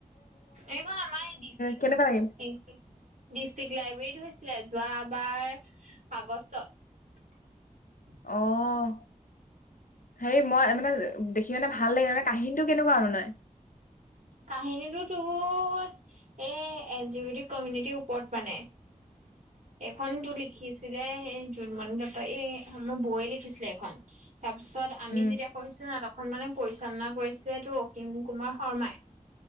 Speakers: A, on the right; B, on the left.
A: এইখন আমাৰ ডিষ্ট্ৰিক
B: কেনেকুৱা লাগিল?
A: ডিষ্ট্ৰিক ডিষ্ট্ৰিক লাইব্ৰেৰীত হৈছে। ছিলে যোৱাবাৰ আগষ্টত।
B: অহ। হেৰি মই মানে দেখি মানে ভাল লাগে মানে কাহিনীটো কেনেকুৱা মানে।
A: কাহিনীটো তোৰ এচ দি ভি টি কমিউনিটিৰ ওপৰত মানে
B: <inaudible> <unintelligible>
A: এইখনতো লিখিছিলে এই জোনমণি দত্ত, এই আমাৰ বৌয়ে লিখিছিলে এইখন। তাৰপিছত আমি
B: উম
A: যেতিয়া কৈছো না ত এখন মানে পৰিচালনা কৰিচিলে এইটো অসীম কুমাৰ শৰ্মাই।